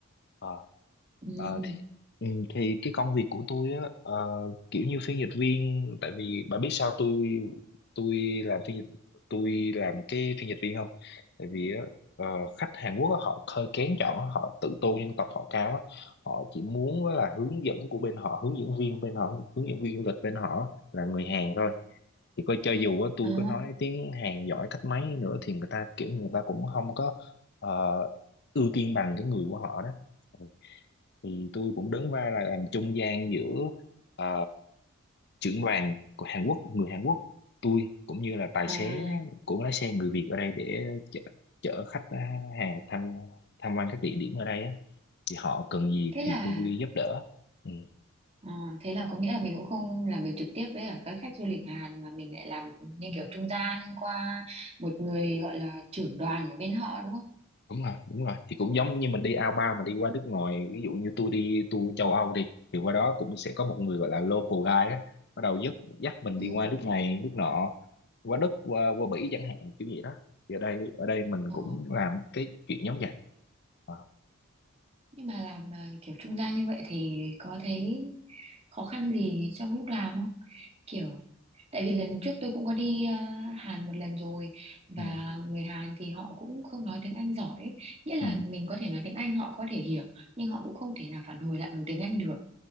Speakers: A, on the left (about 50°); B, on the right (about 25°).
A: Ờ,
B: Ừ.
A: ờ, thì, ừ, thì cái công việc của tôi á ờ, kiểu như phiên dịch viên tại vì bà biết sao tôi tôi làm phiên dịch tôi làm cái phiên dịch viên không tại vì á, ờ, khách Hàn Quốc á, họ hơi kén chọn á, họ tự tôn dân tộc họ cao á họ chỉ muốn á là hướng dẫn của bên họ hướng dẫn viên bên họ hướng dẫn viên du lịch bên họ là người Hàn thôi thì coi cho dù á, tôi
B: Ồ.
A: có nói tiếng Hàn giỏi cách mấy nữa thì người ta kiểu như người ta cũng không có ờ, ưu tiên bằng cái người của họ đó Ừ. thì tôi cũng đứng vai là làm trung gian giữa ờ, trưởng đoàn của Hàn Quốc người Hàn Quốc tôi cũng như là tài
B: À.
A: xế của lái xe người Việt ở đây để chở, chở khách ờ, Hàn tham tham quan các địa điểm ở đây á thì họ cần gì
B: Thế
A: thì
B: là
A: tôi giúp đỡ ừ.
B: Ờ, thế là có nghĩa là mình cũng không làm việc trực tiếp với cả các khách du lịch Hàn mà mình lại làm như kiểu trung gian qua một người gọi là trưởng đoàn ở bên họ đúng không?
A: đúng rồi đúng rồi thì cũng giống như mình đi ao bao mà đi qua nước ngoài ví dụ như tôi đi tour châu Âu đi thì qua đó cũng sẽ có một người gọi là local guide á bắt đầu dắt dắt mình
B: Ừ.
A: đi qua nước này nước nọ qua Đức qua qua Bỉ chẳng hạn kiểu vậy đó thì ở đây ở đây mình
B: Ờ,
A: cũng làm cái chuyện giống vậy Ờ.
B: nhưng mà làm à, kiểu trung gian như vậy thì có thấy khó khăn gì trong lúc làm không? Kiểu tại vì lần trước tôi cũng có đi à, Hàn một lần rồi và
A: ừ.
B: người Hàn thì họ cũng không nói tiếng Anh giỏi ấy. Nghĩa là
A: Ừ.
B: mình có thể nói tiếng Anh họ có thể hiểu nhưng họ cũng không thể nào phản hồi lại bằng tiếng Anh được.